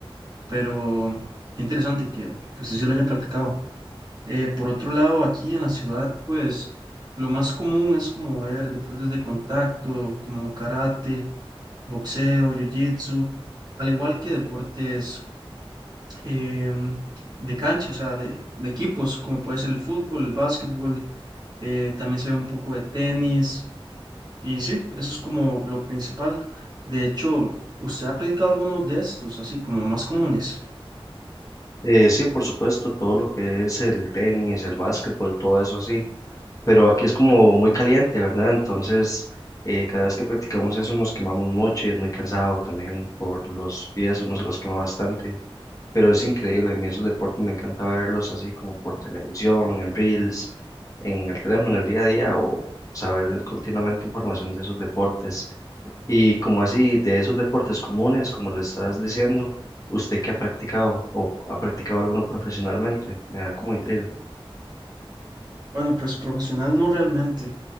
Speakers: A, on the right (about 45°); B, on the left (about 35°).
A: pero qué interesante que, que usted sí lo haya practicado. Eh, por otro lado, aquí en la ciudad, pues lo más común es como ver deportes de contacto, como karate, boxeo, jiu-jitsu, al igual que deportes em, de cancha, o sea, de, de equipos, como puede ser el fútbol, el básquetbol, eh, también se ve un poco de tenis, y sí, eso es como lo principal. De hecho, ¿usted ha practicado alguno de estos, así como más comunes?
B: Eh, sí, por supuesto, todo lo que es el tenis, el básquetbol, todo eso sí, pero aquí es como muy caliente, ¿verdad? Entonces, eh, cada vez que practicamos eso nos quemamos mucho y es muy cansado también por los pies, uno se los quema bastante, pero es increíble, a mí esos deportes me encanta verlos así como por televisión, en reels, en el teléfono, en el día a día o saber continuamente información de esos deportes. Y como así, de esos deportes comunes, como le estás diciendo, ¿usted qué ha practicado o ha practicado alguno profesionalmente? Me da como intriga.
A: Bueno, pues profesional no realmente,